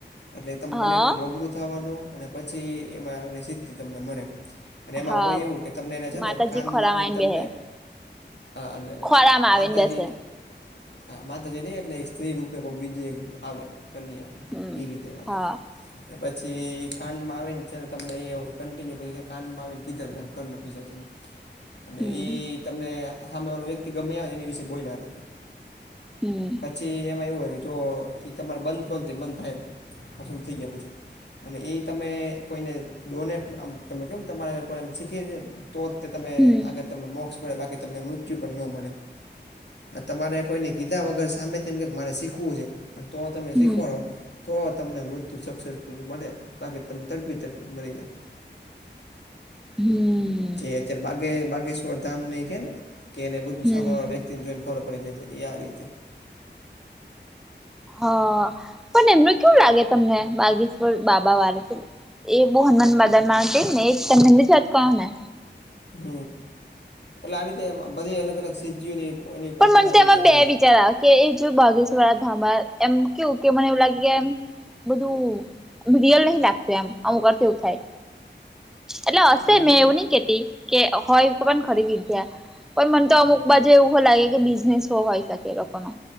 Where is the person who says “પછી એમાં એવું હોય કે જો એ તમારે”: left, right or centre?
Left